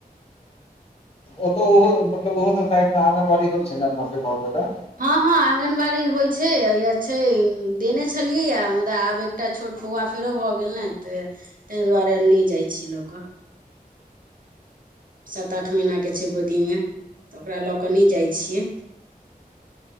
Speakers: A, on the left; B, on the right.
A: ओतौ ओहो मतलब ओहो सब साइड मे आगनबाड़ी होइ छै ने अपना सब के गांव जायले
B: हँ हँ आँगनबाड़ी होइ छै य छै देने छलियैए मुदा आब एकटा छोट बौआ फेरो भऽ गेल ने तऽ तें दुआरे नहि जाइ छी लऽ कऽ सात आठ महिनाके छै गोदीमे तऽ ओकरा लऽ केऽ नहि जाइ छियै